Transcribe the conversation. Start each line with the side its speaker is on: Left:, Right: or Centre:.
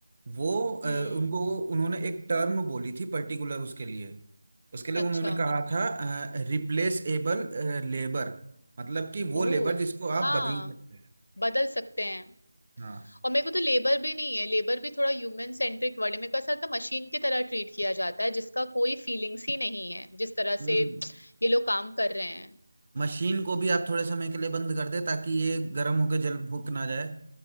Right: वो अ,
Left: हम्म
Right: उनको उन्होंने एक टर्म बोली थी पर्टिकुलर उसके लिए उसके लिए
Left: अच्छा
Right: उन्होंने कहा था रिप्लेसेबल लेबर मतलब कि वो
Left: ओ
Right: लेबर जिसको आप
Left: हाँ
Right: बदल सकते हैं
Left: बदल सकते हैं
Right: हाँ
Left: और मेरे को तो लेबर भी नहीं है लेबर भी थोड़ा ह्यूमन सेंट्रिक वर्ड है मेरे को ऐसा लगता है मशीन की तरह ट्रीट किया जाता है जिसका कोई फीलिंग्स ही नहीं है जिस तरह
Right: हम्म
Left: से ये लोग काम कर रहे हैं
Right: मशीन को भी आप थोड़े समय के लिए बंद कर दे ताकि ये गर्म होकर जल फूक ना जाए